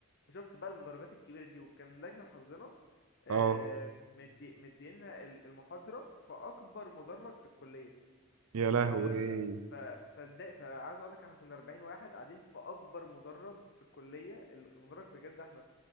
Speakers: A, on the left; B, on the right.
A: وشفت بقى المدرجات الكبيره دي وكان لاجل حظنا آه،
B: اه
A: مدي مدينا ال- المحاضره في اكبر مدرج في الكليه
B: يا
A: ف
B: لهوي
A: فصدق فعايز اقول لك احنا كنا 40 واحد قاعدين في اكبر مدرج في الكليه ال- المدرج بجد احنا